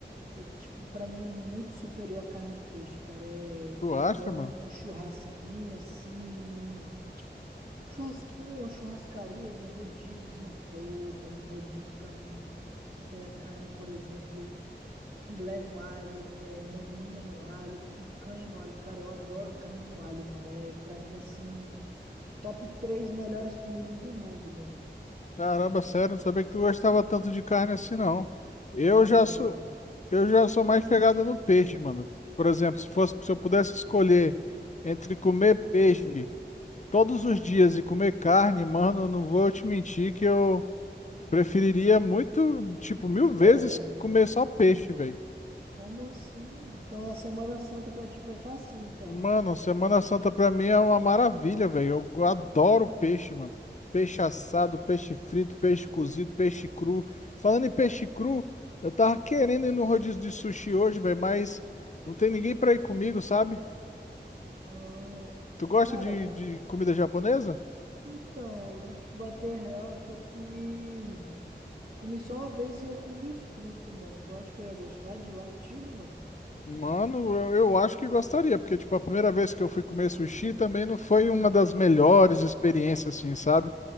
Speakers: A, on the right; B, on the left.
A: é, é, tipo, pra mim é muito superior à carne de peixe, cara. É, eu
B: Tu acha,
A: adoro
B: mano?
A: um, um churrasquinho, assim. um Churrasquinho, uma churrascaria, um rodíziozinho, pô, mano, um rodízio pra mim que tenha carne, por exemplo, filé no alho, é, maminha no alho, picanha no alho. Cara, eu adoro carne no alho, mano. É pra mim assim, top três melhores comidas do mundo, mano.
B: Caramba, sério, não sabia que tu gostava tanto de carne assim, não. Eu
A: Cara,
B: já
A: eu adoro.
B: sou, eu já sou mais chegado no peixe, mano. Por exemplo, se fosse, se eu pudesse escolher entre comer peixe todos os dias e comer carne, mano, não vou te mentir que eu preferiria muito, tipo, mil vezes
A: Cega.
B: comer só peixe, velho.
A: Como assim, mano? Então a Semana Santa pra ti foi facinho, então.
B: Mano, Semana Santa pra mim é uma maravilha, velho. Eu adoro peixe, mano. Peixe assado, peixe frito, peixe cozido, peixe cru. Falando em peixe cru, eu tava querendo ir no rodízio de sushi hoje, velho, mas não tem ninguém pra ir comigo, sabe?
A: Ah,
B: Tu gosta
A: cara,
B: de,
A: eu vou.
B: de comida japonesa?
A: Então, eu vou te bater real que eu comi. Comi só uma vez e eu comi os fritos, mano. Tu acha que eu ia gostar de ir lá contigo, mano?
B: Mano, eu, eu acho que gostaria, porque, tipo, a primeira vez que eu fui comer sushi também não foi uma das melhores experiências, assim, sabe?